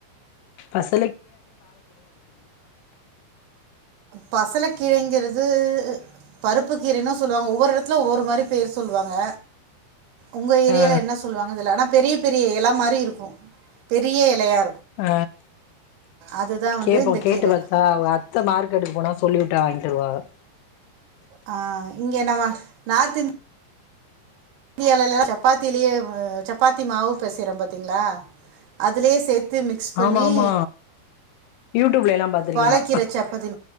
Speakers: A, on the left (about 85°); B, on the right (about 85°).
A: பச
B: பசலக்கீரைங்குறது பருப்பு கீரைன்னு சொல்லுவாங்க ஒவ்வொரு எடத்துல ஒவ்வொரு மாரி பேர் சொல்லுவாங்க உங்க ஏரியால
A: ஆ
B: என்ன சொல்லுவாங்க தெர்ல ஆனா பெரிய பெரிய எல மாரி இருக்கு பெரிய எலையா
A: ஆ
B: அதுதா வந்து
A: கேப்போ
B: இந்த
A: கேட்டு
B: கீர
A: பாத்தா அவுக அத்த மார்க்கெட்டுக்கு போனா சொல்லி வுட்டா வாங்கிட்டு வருவாக
B: ஆ இங்க நம்ம நார்த் இந்தியாலலா சப்பாத்திலயே சப்பாத்தி மாவு பெசயறம் பாத்திங்ளா அதுலயே சேத்து மிக்ஸ் பண்ணி
A: ஆமா ஆமா யூடியூப்ல எல்லா பாத்திருக்கே
B: பாலக்கீர
A: நா
B: சப்பாத்தி